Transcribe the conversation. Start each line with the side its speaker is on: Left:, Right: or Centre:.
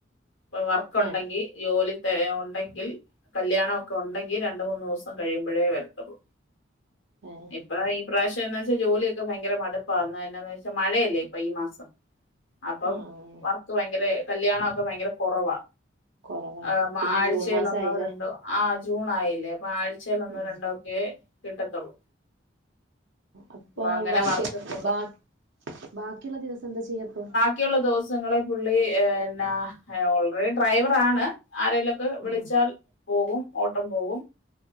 Left: അപ്പൊ വർക് ഉണ്ടെങ്കിൽ
Right: ആഹ്
Left: ജോലി ഉണ്ടെങ്കിൽ കല്യാണം ഒക്കെ ഉണ്ടെങ്കിൽ രണ്ട് മൂന്ന് ദിവസം കഴിയുമ്പഴേ വരതൊള്ളൂ.
Right: ഏഹ്
Left: അപ്പൊ ഈ പ്രാവശ്യം എന്നാ വെച്ചാൽ ജോലിയൊക്കെ ഭയങ്കര മടുപ്പാണ്, എന്താന്ന് വെച്ചാൽ മഴയല്ലേ ഇപ്പൊ ഈ മാസം. അപ്പൊ
Right: ആഹ്
Left: വർക്ക് ഭയങ്കര കല്യാണൊക്കെ ഭയങ്കര കൊറവാ.
Right: കൊറവാണ്
Left: ഏഹ്
Right: പിന്നെ
Left: ആഴ്ചയിൽ
Right: ജൂൺ മാസം
Left: ഒന്നോരണ്ടോ.
Right: ആയില്ലേ
Left: ആഹ് ജൂൺ ആയില്ലേ, അപ്പൊ ആഴ്ചയിലൊന്നോ
Right: ഉം
Left: രണ്ടോ ഒക്കെ കിട്ടത്തൊള്ളൂ.
Right: അപ്പൊ
Left: അങ്ങനെ
Right: ബാക്കി
Left: വർക്ക് കുറവ്
Right: ബാ ബാക്കിയുള്ള ദിവസം എന്താ ചെയ്യ അപ്പൊ?
Left: ബാക്കിയുള്ള ദിവസങ്ങളിൽ പുള്ളി ഏഹ് എന്നാ, ഓൾറെഡി ഡ്രൈവർ ആണ് ആരെലും വിളിച്ചാൽ
Right: ആഹ്
Left: പോകും ഓട്ടം പോകും,